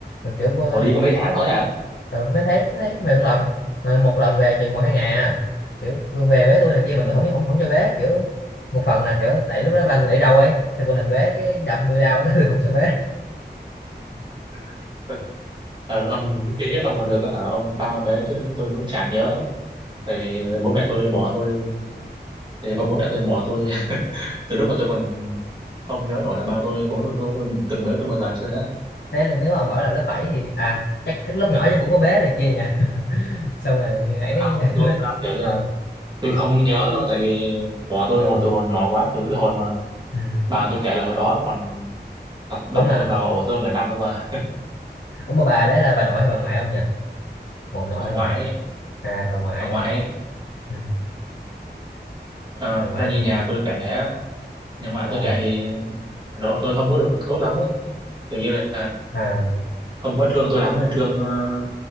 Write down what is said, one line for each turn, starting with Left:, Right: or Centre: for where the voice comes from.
Left: kiểu bố-
Right: khổ đi có mấy tháng thôi à
Left: ờ, mấy tháng mấy tháng về một lần mà một lần về chừng một hai ngày à kiểu Phương về bế tôi này kia
Right: ừ.
Left: mà tôi không không không cho bế kiểu một phần là kiểu tại lúc đó ba tôi để râu ấy xong mỗi lần bế cái đâm tôi đau cái <laughs> không cho bế
Right: <laughs> ờ ông ít nhất ông còn được hả ông bao mấy chứ tôi cũng chả nhớ thì bố mẹ tôi bỏ tôi thì bố bố mẹ tôi bỏ tôi <laughs> từ lúc mà tôi còn không nhớ nổi là ba tôi bố tôi có từng bế tôi bao giờ chưa nữa
Left: thế là nếu mà ông bảo là lớp 7 thì à chắc cái lúc nhỏ em cũng có bé này kia nha <laughs> xong rồi ấy
Right: à, không
Left: <laughs>
Right: tôi
Left: lớp
Right: à, kiểu như là
Left: ừ.
Right: tôi không nhớ nữa tại vì bỏ tôi
Left: Rồi.
Right: hồi từ hồi nhỏ quá từ cái hồi mà
Left: Ừ.
Right: bà tôi kể là hồi đó còn đặt, đặt
Left: ủa mà
Right: tôi vào ổ rơm để nằm luôn mà
Left: ủa mà bà đấy là bà nội hay bà ngoại ông nhỉ nội nội
Right: bà
Left: hay
Right: ngoại
Left: ngoại
Right: ấy,
Left: à bà ngoại
Right: bà ngoại ấy,
Left: ừ.
Right: à,
Left: bà ngoại
Right: theo như
Left: thì
Right: nhà tôi kể á, nhà ngoại
Left: à,
Right: tôi kể thì độ tôi không có được tốt lắm ấy kiểu như là
Left: à
Right: không có thương tôi lắm thương ờ,